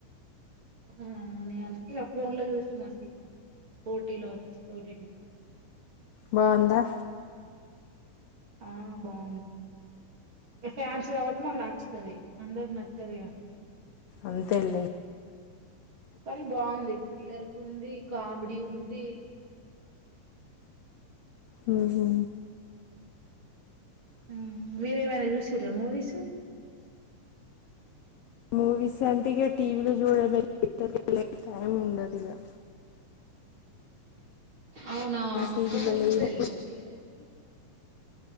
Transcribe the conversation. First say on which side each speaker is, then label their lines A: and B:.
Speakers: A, on the right; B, on the left.
A: ఆ నియంత ఇగ ఫోన్ లో చూసిన సినిమా ఓటీలో ఓటీటీ లో
B: బావుందా
A: ఆ బాగు ఇగ ఫ్యాన్స్ కాబట్టి మకు నచ్చుతది అందరికి నచ్చదిగా
B: అంతేలే
A: కానీ బాగుంది త్రిల్లరకు ఉంది కామెడీ ఉంది
B: ఉ హు
A: ఉం మీర ఏమైనా చూసిర మూవీస్
B: మూవీస్ అంటే ఇగ టీవీలో చూడ ఇ టైం ఉండదిగా
A: అవునా
B: టీవీలలో
A: ఒక్క సారి కుడా
B: ఏమి
A: ఎల్లలేదా థియేటర్ కి